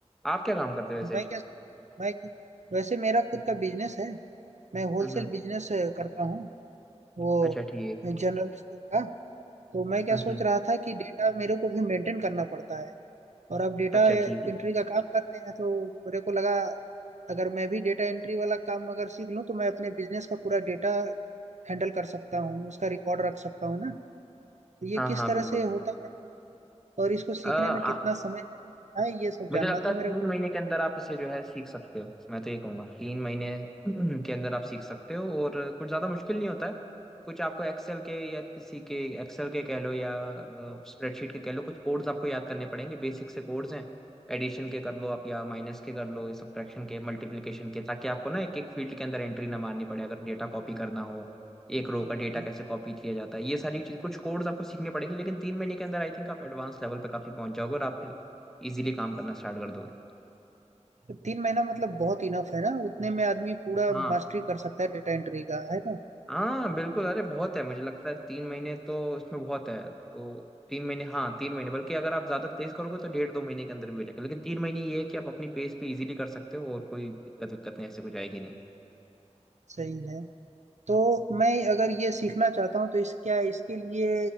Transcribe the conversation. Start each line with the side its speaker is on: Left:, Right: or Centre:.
Centre: आप क्या काम करते हो वैसे
Right: मैं क्या मैं वैसे मेरा खुद का बिजनेस है मैं होलसेल
Centre: हम्म हम्म।
Right: बिजनेस करता हूँ वो
Centre: अच्छा ठीक है
Right: जनरल स्टोर का तो मैं क्या
Centre: हम्म
Right: सोच रहा था कि डेटा मेरे को भी मेंटेन करना पड़ता है और अब डेटा
Centre: अच्छा
Right: एंट्री
Centre: ठीक है
Right: का काम करते हैं तो मेरे को लगा अगर मैं भी डेटा एंट्री वाला काम अगर सीख लूँ तो मैं अपने बिजनेस का पूरा डेटा हैंडल कर सकता हूँ उसका रिकॉर्ड रख सकता हूँ ना तो ये
Centre: हाँ
Right: किस
Centre: हाँ
Right: तरह
Centre: बिल्कुल
Right: से होता है और इसको सीखने
Centre: अ,
Right: में कितना
Centre: आ,
Right: समय लगता है ये सब
Centre: मुझे
Right: जानना
Centre: लगता
Right: था
Centre: है
Right: मेरे
Centre: तीन
Right: को
Centre: महीने के अंदर आप इसे जो है सीख सकते हो मैं तो ये कहूंगा तीन महीने <clears throat> के अंदर आप सीख सकते हो और कुछ ज्यादा मुश्किल नहीं होता है कुछ आपको एक्सेल के या किसी के एक्सेल के कह लो या स्प्रेडशीट के कह लो कुछ कोड्स आपको याद करने पड़ेंगे बेसिक से कोड्स हैं एडिशन के कर लो आप या माइनस के कर लो या सब्ट्रैक्शन के मल्टीप्लिकेशन के ताकि आपको ना एक एक फील्ड के अंदर एंट्री ना मारनी पड़े अगर डेटा कॉपी करना हो
Right: Okay,
Centre: एक रो का
Right: okay.
Centre: डेटा कैसे कॉपी किया जाता है ये सारी चीज कुछ कोड्स आपको सीखने पड़ेंगे लेकिन तीन महीने के अंदर आई थिंक आप एडवांस लेवल पे काफी पहुंच जाओगे और आप फिर इजीली काम करना स्टार्ट कर दोगे
Right: तीन महीना मतलब बहुत इनफ है ना उतने में आदमी पूरा
Centre: हाँ
Right: मास्टरी कर सकता है डेटा एंट्री का है ना
Centre: हाँ बिल्कुल अरे बहुत है मुझे लगता है तीन महीने तो इसमें बहुत है तो तीन महीने हाँ तीन महीने बल्कि अगर आप ज्यादा तेज करोगे तो डेढ़ दो महीने के अंदर भी हो जाएगा लेकिन तीन महीने ये है कि आप अपनी पेस पे इजीली कर सकते हो और कोई दिक्कत विक्कत नहीं ऐसी कुछ आएगी नहीं
Right: सही है तो मैं अगर ये सीखना चाहता हूँ तो इस क्या इसके लिए